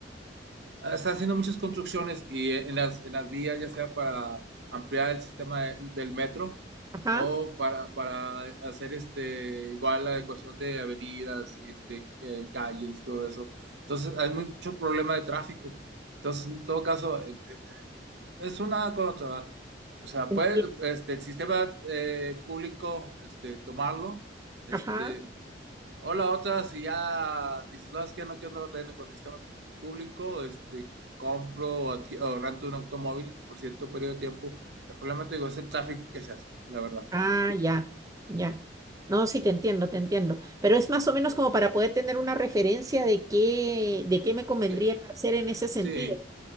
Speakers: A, on the right; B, on the right.
A: Ah, Están haciendo muchas construcciones y eh, en las, en las vías, ya sea para ampliar el sistema de- del metro
B: ajá,
A: o para, para hacer este, igual la adecuación de avenidas, y este, eh, calles y todo eso. Entonces, hay mucho problema de tráfico. Entonces, en todo caso, eh, eh, es una con otra. O sea,
B: enti-
A: puede este, el sistema eh, público este, tomarlo, este,
B: ajá,
A: o la otra, si ya dices, no, es que no quiero andar batallando con el sistema público, este, compro o, adqui- o rento un automóvil por cierto periodo de tiempo. El problema, te digo, es el tráfico que se hace, la verdad,
B: ah,
A: sí.
B: ya, ya. No, sí, te entiendo, te entiendo. Pero es más o menos como para poder tener una referencia de qué, de qué me convendría
A: Que-
B: hacer en ese sentido.
A: sí,